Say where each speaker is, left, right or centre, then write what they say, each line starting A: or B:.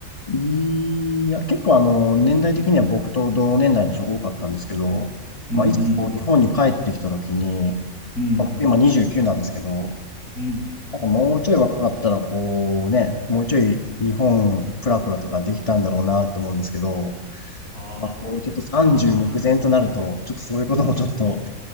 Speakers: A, on the left (about 25°); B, on the left (about 85°).
A: いや、結構あの、年代的には僕と同年代の人が多かったんですけど、
B: うんうん
A: まあ、いつも日本に帰ってきた時に、
B: うん。
A: まあ、僕今29なんですけど、
B: うん。
A: なんかもうちょい若かったらこうね、もうちょい日本プラプラとかできたんだろうなと思うんですけど、
B: あ
A: まあ、こうちょっと30目前となると、
B: あ。
A: ちょっとそういうこともちょっと、